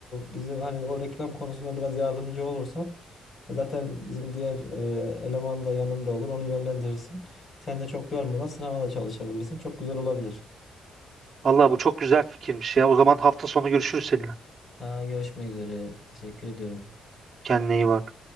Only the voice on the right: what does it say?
Allah bu çok güzel fikirmiş ya. O zaman hafta sonu görüşürüz seninle.
Kendine iyi bak.